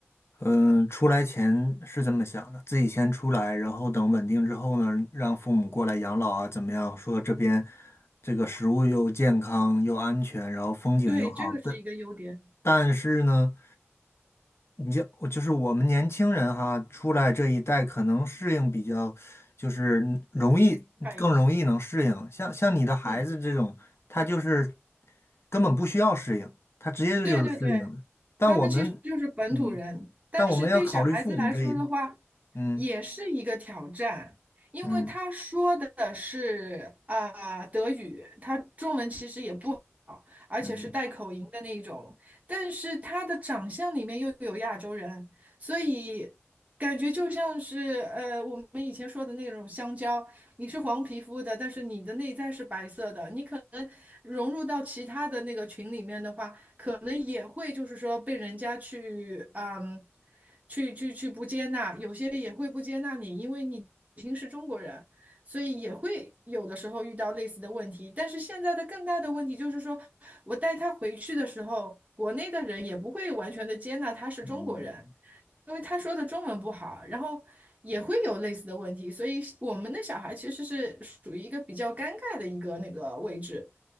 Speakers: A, on the left (about 65°); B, on the right (about 35°).
A: 嗯，出来前是这么想的，自己先出来，然后等稳定之后呢，让父母过来养老啊，怎么样？说这边这个食物又健康又安全，然后风景又好，
B: 对，这个是一个优点，
A: 但但是呢，你就我就是我们年轻人哈，出来这一代可能适应比较，就是容易更容易能适应。
B: 快一些。
A: 像像你的孩子这种，
B: 嗯。
A: 他就是根本不需要适应，他直接就是适应的。
B: 对对对，
A: 但我们，
B: 他们其实就是本土人，
A: 嗯。
B: 但是对小孩子来说的话，
A: 但我们要考虑父母这一，嗯
B: 也是一个挑战，因为他说的是啊、
A: 嗯
B: 德语，他中文其实也不好，而且是带口音的那一种，
A: 嗯
B: 但是他的长相里面又有亚洲人，所以感觉就像是呃我们以前说的那种香蕉，你是黄皮肤的，但是你的内在是白色的，你可能融入到其他的那个群里面的话。可能也会就是说被人家去啊嗯，去去去不接纳，有些也会不接纳你，因为你已经是中国人，所以也会有的时候遇到类似的问题。但是现在的更大的问题就是说，我带他回去的时候，国内的人也不会完全的接纳他是中国人，
A: 嗯。
B: 因为他说的中文不好，然后也会有类似的问题。所以我们的小孩其实是属于一个比较尴尬的一个那个位置。